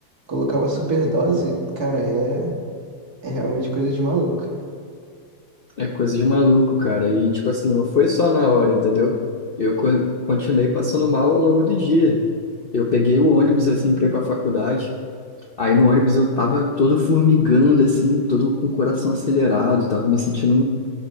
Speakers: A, on the right; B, on the left.
A: Colocar uma superdose, cara, é, é realmente coisa de maluco.
B: É coisa de maluco, cara. E tipo assim, não foi só na hora, entendeu? Eu co- continuei passando mal ao longo do dia. Eu peguei o ônibus assim para ir para faculdade. Aí no ônibus eu tava todo formigando, assim, todo com o coração acelerado, tava me sentindo, um-